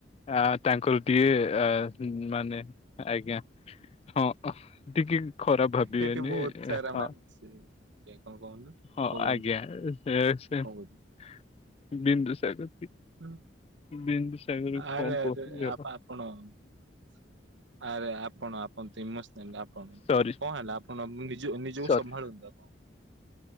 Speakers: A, on the left (about 35°); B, on the right (about 80°).
A: ଆ ତାଙ୍କର ଡିଏ ଆ ମାନେ ଆଜ୍ଞା ହଁ ଟିକେ ଖରାପ ଭାବିବେନି
B: ସେଠି ବହୁତ ସାରା
A: ହଁ।
B: ମାନେ ସେ ଆଜ୍ଞା କଣ କହୁନ୍ତୁ
A: ହଁ
B: କୁହନ୍ତୁ
A: ଆଜ୍ଞା
B: କଣ
A: ସେ
B: କହୁଥିଲେ?
A: <inaudible> ବିନ୍ଦୁସାଗର
B: ହୁଁ।
A: ବିନ୍ଦୁସାଗର
B: ଆରେ
A: କଣ
B: ଆରେ
A: କହୁଥିଲି
B: ଆପଣ <inaudible> ଆରେ ଆପଣ ଆପ ଆପଣ ଇମୋସନାଲ ଆପଣ
A: ସରି
B: କଣ ହେଲା ଆପଣ ନିଜ ନିଜକୁ
A: ସରି
B: ସମ୍ଭାଳନ୍ତୁ ଆପଣ